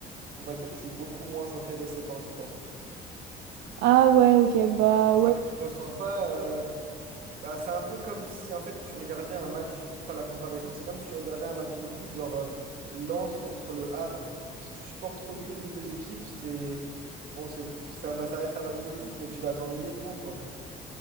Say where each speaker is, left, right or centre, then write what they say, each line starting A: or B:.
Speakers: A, on the right; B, on the right.
A: on va dire que je suis beaucoup moins intéressé par le sport. ouais.
B: Ah ouais, ok, bah
A: Parce
B: ouais,
A: qu'en fait, je ressens pas. euh, bah, c'est un peu comme si en fait tu regardais un match, pour faire la comparaison, c'est comme si tu regardais un match de foot, genre euh, Lens contre le Havre. Si tu supportes aucune des deux équipes, c'est. Bon, c'est, c'est un- ça reste un match de foot, mais tu vas t'ennuyer devant, quoi.